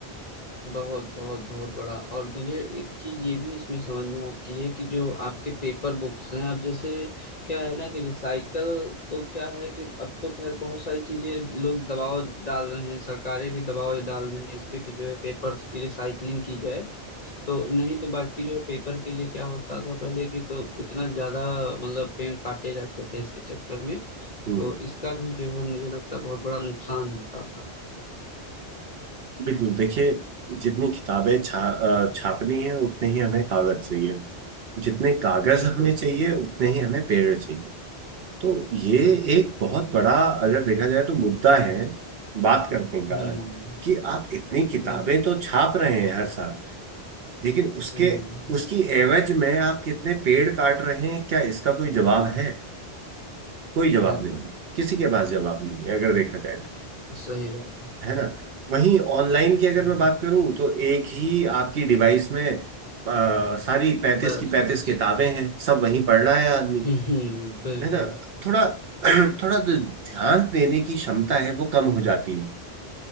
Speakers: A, on the left (about 40°); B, on the right (about 65°).
A: बहुत बहुत बहुत बड़ा और मुझे एक चीज ये भी इसमें समझ में आती है कि जो आपके पेपर बुक्स हैं अब जैसे क्या है ना कि रिसाइकल तो क्या है कि अब तो खैर बहुत सारी चीजें लोग दबाव डाल रहे हैं सरकारें भी दबाव डाल रही हैं इस पे कि जो है पेपर की रिसाइकलिंग की जाए तो नहीं तो बाकी जो है पेपर के लिए क्या होता था पहले की तो इतना ज्यादा मतलब पेड़ काटे जाते थे इसके चक्कर में तो
B: हम्म
A: इसका भी जो है मुझे लगता है बहुत बड़ा नुकसान होता था
B: बिल्कुल देखिए जितनी किताबें छा अ, छापनी है उतने ही हमें कागज चाहिए जितने कागज
A: बिल्कुल
B: हमें चाहिए उतने ही हमें पेड़ चाहिए तो ये
A: बिल्कुल
B: एक बहुत बड़ा अगर देखा जाए तो मुद्दा है बात करने का
A: हम्म
B: कि आप इतनी किताबें
A: बिल्कुल
B: तो छाप रहे हैं हर साल लेकिन उसके
A: हम्म
B: उसकी एवज में आप कितने पेड़ काट रहे हैं क्या इसका कोई जवाब है कोई जवाब
A: बिल्कुल
B: नहीं किसी के पास जवाब नहीं है अगर देखा जाए तो।
A: सही बात
B: है ना वहीं ऑनलाइन की अगर
A: हम्म
B: मैं बात करूं तो एक ही आपकी डिवाइस में आ, सारी पैंतीस
A: बस
B: की पैंतीस
A: बस
B: किताबें हैं सब वहीं पढ़ रहा है आदमी
A: हम्म बिल्कुल
B: है ना थोड़ा <clears throat> थोड़ा जो ध्यान देने की क्षमता है वो कम हो जाती है